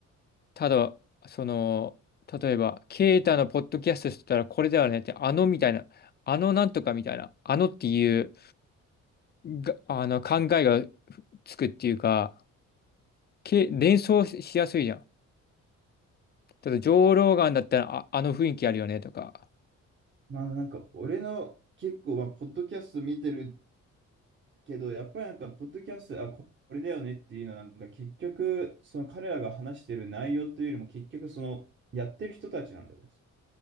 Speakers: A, on the left; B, on the right.
A: ただ、その、例えば、ケイタのポッドキャストしてたらこれだよねって、あのみたいな。あのなんとかみたいな、あのっていうが、あの、考えがつくっていうか、け、連想しやすいじゃん。ただ、上ロガンだったら、あ、あの雰囲気あるよねとか。
B: まあなんか俺の結構まあポッドキャスト見てるけど、やっぱりなんか、ポッドキャスト、あ、ここれだよねっていうのは、なんか結局、その彼らが話してる内容というよりも、結局、その、やってる人たちなんだよね。